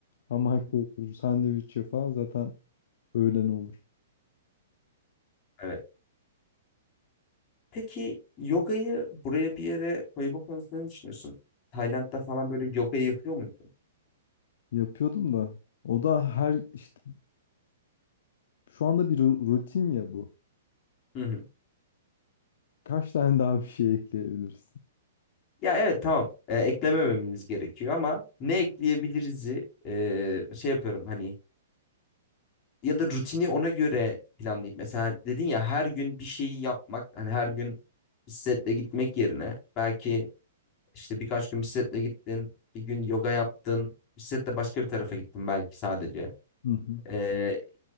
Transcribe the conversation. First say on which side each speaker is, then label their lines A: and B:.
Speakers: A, on the left (about 60°); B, on the left (about 35°).
A: Ama otur <laughs> sandviç ye falan zaten öğlen olur.
B: Evet. Peki yogayı buraya bir yere koyma konusunda ne düşünüyorsun? Tayland'da falan böyle yogayı yapıyor muydun?
A: Yapıyordum da. O da her işte şu anda bir ru- rutin ya bu.
B: Hı hı.
A: Kaç tane daha bir şey ekleyebilirsin?
B: Ya evet tamam e, eklemememiz gerekiyor ama ne ekleyebiliriz'i e, şey yapıyorum hani ya da rutini ona göre planlayıp mesela dedin ya her gün bir şeyi yapmak hani her gün bisikletle gitmek yerine belki işte birkaç gün bisikletle gittin bir gün yoga yaptın bisikletle başka bir tarafa gittin belki sadece.
A: Hı hı.
B: E,